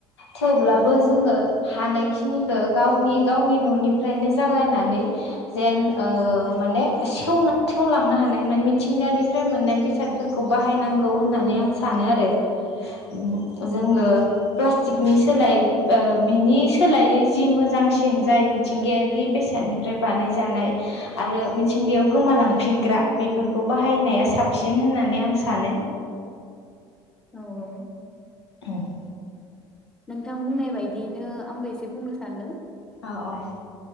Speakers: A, on the left; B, in the centre.
A: थेवब्लाबो
B: औ
A: जोङो हानाय खिनिखो गावनि गावनि ननिफ्रायनो जागायनानै जेन ओ माने सेवनो सेवलांनो हानाय माने मिथिंगानिफ्राय मोननाय बेसादफोरखौ बाहायनांगौ होननानै आं सानो आरो। उम जोङो प्लास्टिकनि सोलाय ओ बिनि सोलायै जि मोजां सिन जाय मिथिंगायारि बेसादनिफ्राय बानायजानाय आरो मिथिंगायाव गोमालांफिनग्रा बेफोरखौ बाहायनाया साबसिन होननानै आं सानो।
B: औ औ
A: उम
B: नोंथां बुंनाय बायदियैनो आंबो एसे बुंनो सान्दों।
A: औ औ